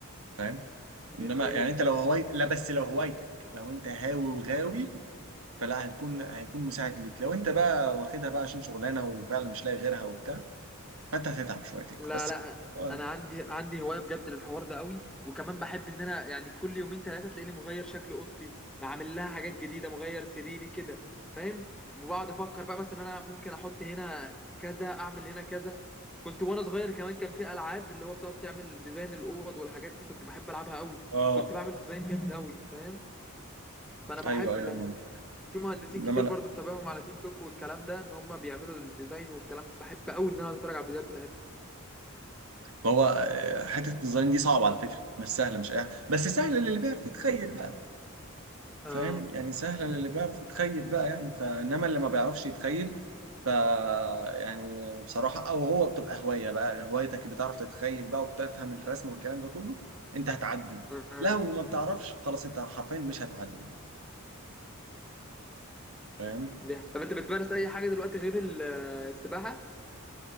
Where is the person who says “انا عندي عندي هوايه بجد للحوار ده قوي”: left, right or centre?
Centre